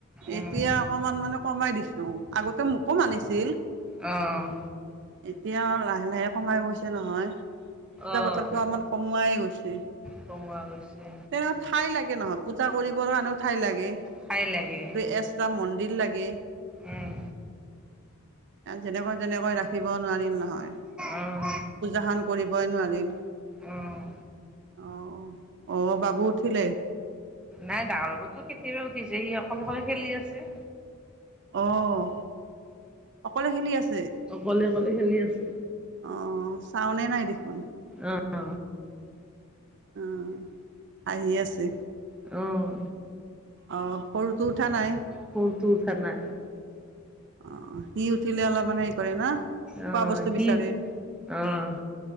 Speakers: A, in the centre; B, on the right.
A: উম,
B: এতিয়া অকমান মানে কমাই দিছোঁ আগতে মোকো মানিছিল
A: অ'
B: এতিয়া আৰু লাহে লাহে কমাই গৈছে নহয় পুজা
A: অ',
B: পাতলটো আমাৰ কমোৱাই গৈছে তেনেকুৱা
A: কমোৱা গৈছে।
B: ঠাই লাগে নহয় পূজা কৰিবৰ কাৰণেও ঠাই লাগে
A: ঠাই লাগে,
B: এক্সটা মন্দিৰ লাগে
A: উম,
B: আও যেনেকৈ তেনেকৈ ৰাখিব‌ও নোৱাৰিম নহয়
A: অ',
B: পূজাখন কৰিবই নোৱাৰিম
A: অ'।
B: অ' অ' বাবু উঠিলে?
A: নাই ডাঙৰ বাবুতো কেতিয়াবা উঠিছে, সি অকলে অকলে খেলি আছে।
B: অ' অকলে খেলি আছে?
A: অকলে অকলে খেলি আছে।
B: অ', চাওনে নাই দেখোন?
A: অ',
B: অঁ হাঁহি আছে
A: অ'।
B: অঁ, সৰুটো উঠা নাই?
A: সৰুটো উঠা নাই।
B: অ' সি উঠিলে অলপ মানে হেৰি কৰে ন,
A: অ',
B: খোৱা বস্তু
A: সি
B: বিচাৰে?
A: অ'।